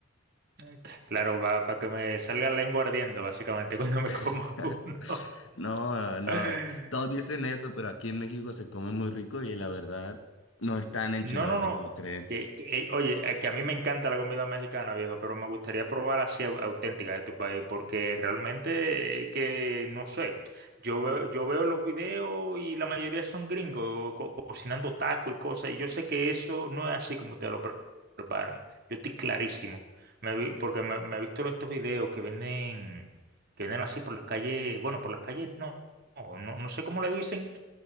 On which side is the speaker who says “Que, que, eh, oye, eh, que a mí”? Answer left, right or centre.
Right